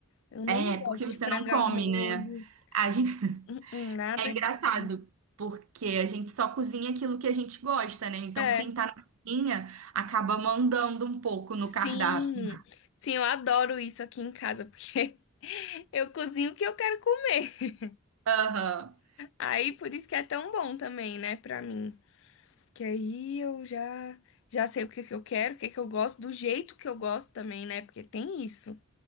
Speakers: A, on the left; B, on the right.
A: Eu não
B: É,
A: gosto
B: porque você
A: de frango
B: não come,
A: ao molho,
B: né? A gente
A: uhum, nada
B: É engraçado,
A: disso.
B: porque a gente só cozinha aquilo que a gente gosta, né? Então,
A: É,
B: quem tá na cozinha acaba mandando um pouco
A: sim.
B: no cardápio.
A: Sim, eu adoro isso aqui em casa, porque <laughs> eu cozinho o que eu quero comer.
B: Aham.
A: Aí, por isso que é tão bom também, né, pra mim. Que aí eu já já sei o que que eu quero, o que que eu gosto, do jeito que eu gosto também, né? Porque tem isso.